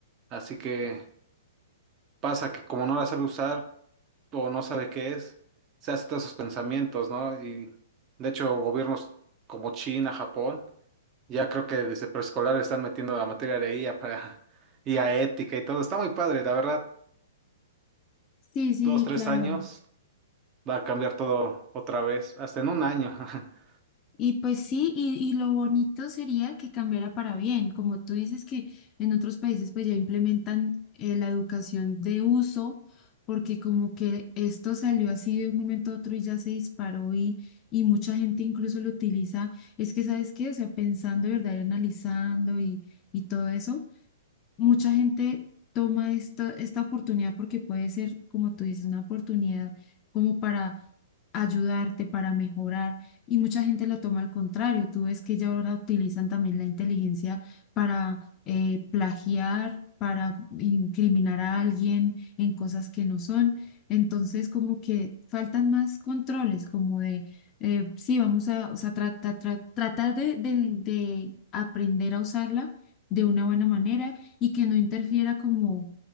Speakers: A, on the right; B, on the left.
A: Así que pasa que como no la sabe usar o no sabe qué es, se hace todos esos pensamientos, ¿no? Y de hecho gobiernos como China, Japón, ya creo que desde preescolar están metiendo la materia de IA para <laughs> I a ética y todo. Está muy padre, la verdad,
B: Sí, sí,
A: dos,
B: sí,
A: tres
B: claro.
A: años va a cambiar todo otra vez, hasta en un año. <laughs>
B: Y pues sí, y, y lo bonito sería que cambiara para bien, como tú dices que en otros países pues ya implementan eh, la educación de uso, porque como que esto salió así de un momento a otro y ya se disparó y, y mucha gente incluso lo utiliza. Es que, ¿sabes qué? O sea, pensando, ¿verdad? Y analizando y, y todo eso, mucha gente toma esta, esta oportunidad porque puede ser, como tú dices, una oportunidad como para ayudarte, para mejorar, y mucha gente lo toma al contrario. Tú ves que ya ahora utilizan también la inteligencia para eh, plagiar, para incriminar a alguien en cosas que no son. Entonces, como que faltan más controles, como de, eh, sí, vamos a, o sea, trata- tra- tratar de, de de aprender a usarla de una buena manera y que no interfiera como,